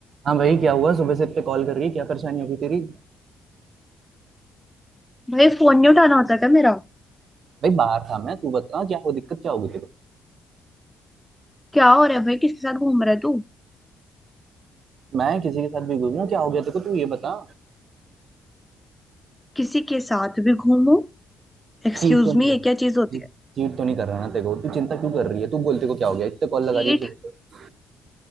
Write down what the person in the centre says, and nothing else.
भाई फोन नहीं उठाना होता क्या मेरा
क्या हो रहा है भाई किसके साथ घूम रहा है तू
किसी के साथ भी घूमो एक्सक्यूज
मी
ये
क्या चीज होती है
चीट